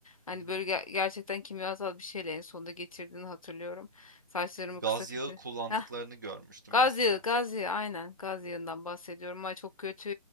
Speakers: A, on the left; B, on the right.
A: Hani
B: Hı hı.
A: böyle ger- gerçekten kimyasal bir şeyle en sonunda geçirdiğini hatırlıyorum. Saçlarımı
B: Gaz
A: kısa kesti.
B: yağı kullandıklarını
A: Heh,
B: görmüştüm
A: gaz
B: mesela.
A: yağı, gaz yağı aynen gaz yağından bahsediyorum. Ay çok kötü